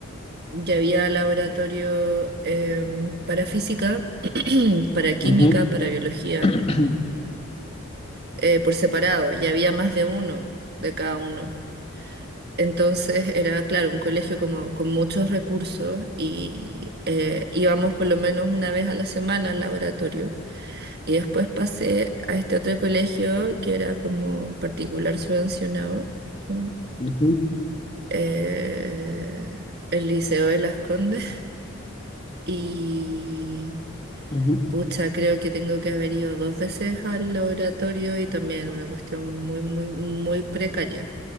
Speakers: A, on the right; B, on the left.
A: Ya había laboratorio em, para física, <clears throat> para química,
B: Ujú.
A: para biología,
B: <coughs> <clears throat>
A: eh, por separado. Ya había más de uno de cada uno. Entonces era, claro, un colegio como, con muchos recursos y eh, íbamos por lo menos una vez a la semana al laboratorio. Y después pasé a este otro colegio que era como particular subvencionado, con,
B: Ujú,
A: eh, el Liceo de Las Condes. Y
B: ujú.
A: pucha, creo que tengo que haber ido dos veces al laboratorio y también una cuestión muy, muy, muy precaria.